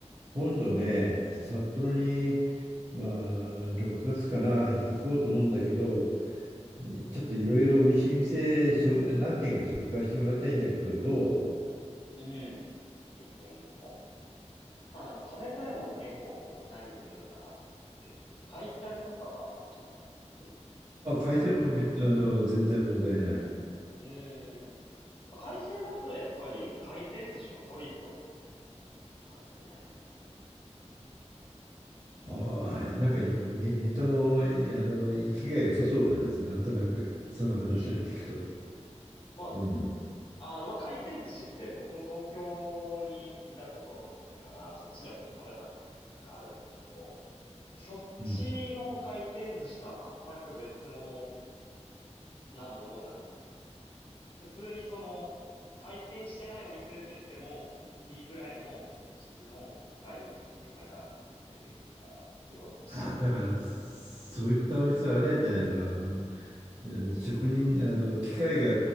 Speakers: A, on the right; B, on the left.
A: 今度ね、札幌に、まあ、6月かな、行こうと思うんだけど、ちょっといろいろおいしい店、しょ何軒か紹介してもらいたいんだけど、どう
B: うん。いいよ、いいよ。まあでも食べたいもの結構何によるかなと思ってるんだけど、海鮮とかは好きだったりする
A: あ、海鮮も別、あの、全然問題ない。
B: うーん。まあ海鮮だったらやっぱり回転寿司のトリトンは絶対外せないかな。
A: ああ、なんかいい、ね、ネタも、あの、生きが良さそうだね。なんとなく、その話を聞くと。
B: うーん。ま
A: うん。
B: あ、あの、まあ回転寿司って僕も東京にいたこともあったから、そっちでも食べたこと何回かあるんだけど、そっちの回転寿司とは全く別物
A: うん。
B: なものが出てくる普通にその、回転してないお店出てきても、いいぐらいの質の高いネタが出てくるから、すごい美味しいか。
A: あ、だから、そういったお店はあれなんじゃないのあの、えー職人、あの、機械が、